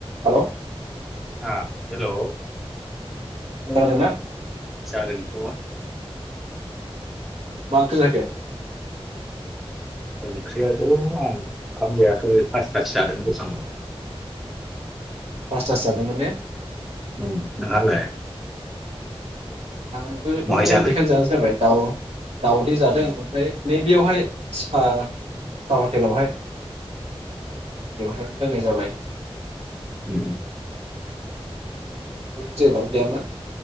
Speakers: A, on the right (about 85°); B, in the centre.
A: Hello
B: हा hello <inaudible>
A: खोनादोंना
B: जादों अआ
A: मांखो जाखो
B: ओंख्रियाथ आं ओंखाम जायाखै फासथासो जादों दखानाव।
A: पासथासो जादोंमोन ने।
B: उ नोंहालाय
A: आंबोथ
B: बहाय जानाय
A: बेखायनो जानो जाबाय औ दावदै जादों ओमफ्राय नैबेयावहाय सिफा सा हटेलावहाय बेवहाय लोंनाय जाबाय
B: उ
A: जेबोआनो गैयामोन